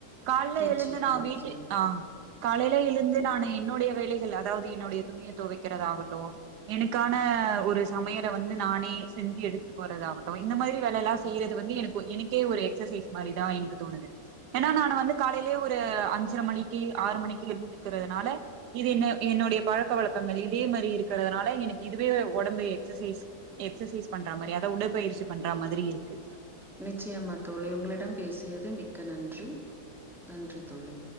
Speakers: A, on the right; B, in the centre.
A: கால்ல
B: நிச்சயமா,
A: எழுந்து நா
B: நிச்சயமா.
A: வீட்டு ஆ காலையிலில எழுந்து நான் என்னுடைய வேலைகள் அதாவது என்னுடைய துணிய தொவைக்கிறத ஆகட்டும் எனக்கான ஒரு சமையல வந் ந்து நானே செஞ்சு எடுத்துட்டு போறதாகட்டு இந்த மாரி வேலல்லா செய்யறது வந்து என எனக்கே ஒரு எக்சசைஸ் மாரிதா எனக்கு தோணுது ஏன்னா நான் வந்து காலையிலே ஒரு அஞ்சரை மணிக்கு ஆறு மணிக்கு எந்திக்கிறதுனால இது என்ன என்னுடைய பழக்க வழக்கங்கள் இதே மாரி இருக்கிறதுனால எனக்கு இதுவே உடம்பு எக்சசைஸ் எக்சசைஸ் பண்ற மாரி அதா உடற்பயிற்சி பண்ற மாதிரி இருக்கு
B: நிச்சயமா தோழி உங்களிடம் பேசியது மிக்க நன்றி நன்றி தோழி